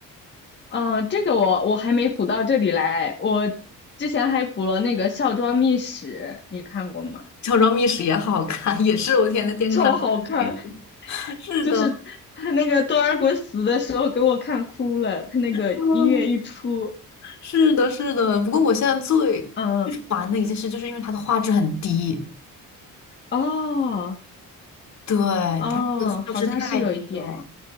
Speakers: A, on the left; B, on the left.
A: 哦，这个我我还没补到这里来，我之前还补了那个《孝庄秘史》，你看过吗？
B: 《乔装密史》，也好看，也是我天天在电视上看的那种。
A: <laughs> 超好看，
B: 是的，
A: 就是他那个多尔衮死的时候给我看哭了，他那个音乐一出，
B: 嗯，是的，是的。不过我现在最最烦的一件事，
A: 嗯，
B: 就是因为它的画质很低，
A: 哦
B: 对，
A: 哦，
B: 它这个画质太低了。
A: 好像是有一点诶